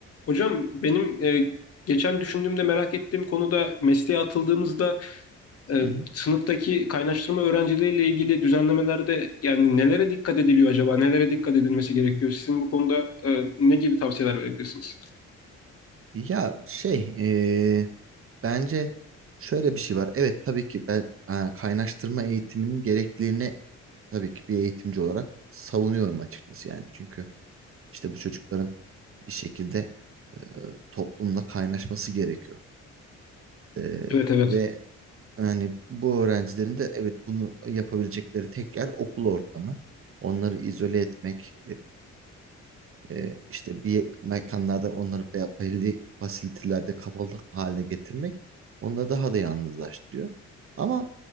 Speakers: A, on the left (about 50°); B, on the right (about 45°).
A: Hocam benim e, geçen düşündüğümde merak ettiğim konu da mesleğe atıldığımızda e,
B: Hı hı.
A: sınıftaki kaynaştırma öğrencileriyle ilgili düzenlemelerde yani nelere dikkat ediliyor acaba? Nelere dikkat edilmesi gerekiyor? Sizin bu konuda e, ne gibi tavsiyeler verebilirsiniz?
B: Ya şey eee, bence şöyle bir şey var. Evet tabii ki ben e, kaynaştırma eğitiminin gerekliliğini tabii ki bir eğitimci olarak savunuyorum açıkçası yani. Çünkü işte bu çocukların bir şekilde e, toplumla kaynaşması gerekiyor. E,
A: Evet evet.
B: ve yani bu öğrencilerin de evet bunu yapabilecekleri tek yer okul ortamı. Onları izole etmek e, işte bir mekanlarda onları be- belli fasilitelerde kapalı hale getirmek onları daha da yalnızlaştırıyor. Ama